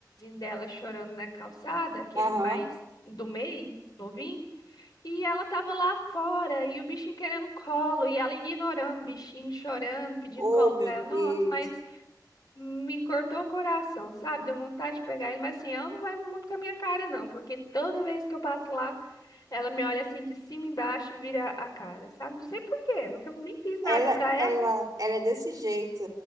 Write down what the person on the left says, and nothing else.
dela chorando na calçada, aquele
mais do meio, novinho, e ela tava lá fora, e o bichinho querendo colo, e ela ignorando o bichinho, chorando, pedindo
colo pra
ela. Nossa,
mas me cortou o coração, sabe? Deu vontade de pegar ele, mas assim, ela não vai muito com a minha cara, não, porque toda vez que eu passo lá, ela me olha assim de cima e embaixo e vira a cara, sabe? Não sei por quê, nunca nem fiz nada
pra
ela.